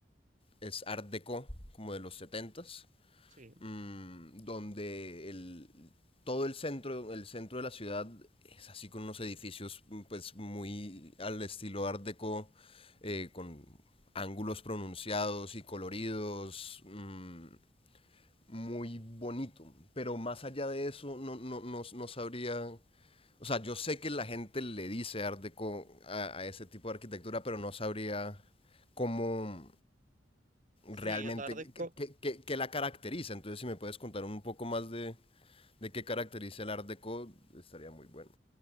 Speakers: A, on the left; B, on the right.
A: es Art Deco, como de los setentas.
B: Sí,
A: mm, donde el, todo el centro, el centro de la ciudad es así con unos edificios mm, pues muy al estilo art deco, eh, con ángulos pronunciados y coloridos, mm, muy bonito. Pero más allá de eso, no, no, no, no sabría... O sea, yo sé que la gente le dice art deco a, a ese tipo de arquitectura, pero no sabría cómo
B: sí,
A: realmente,
B: el Art Deco,
A: qué, qué- qué la caracteriza. Entonces, si me puedes contar un poco más de, de qué caracteriza el Art Deco estaría muy bueno.